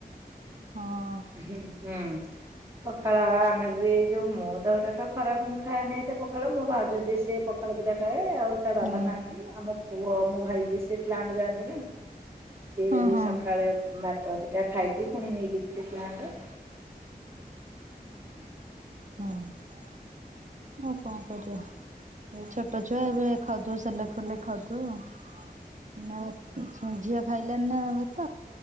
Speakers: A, on the right; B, on the right.
A: ହଁ।
B: ହୁଁ ହୁଁ। ପଖାଳ ଆମେ ବି ଯୋଉ ମୁଁ ଦେହଟା ତ ଖରାପ ମୁଁ ଖାଇଏନି ଏତେ ପଖାଳ ମୁଁ ଭାଉଜ ଯିଏ ସିଏ ପଖାଳ ଦିଇଟା ଖାଏ ଆଉ ତା ବାବା
A: ହୁଁ
B: ଖାଆନ୍ତି ଆମ ପୁଅ ମୋ ଭାଇ ଯିଏ ସିଏ ପ୍ଲାଣ୍ଟ ଯାଆନ୍ତି ନା ସିଏ
A: ହଁ
B: ବି
A: ହଁ
B: ସଖାଳେ ଭାତ ଦିଇଟା ଖାଇକି ପୁଣି ନେଇକି ଯି ପ୍ଲାଣ୍ଟ ହୁଁ
A: ହଁ ଆଉ କଣ କରିବା। ଏଇ ଛୋଟ ଛୁଆ ଏବେ ଖାଉଥୁବ ସେଲାକ ଫେଲାକ ଖାଉଥୁବ ନା ଏ ଆଛା ଝିଅ ଖାଇଲାଣି ନା ଭା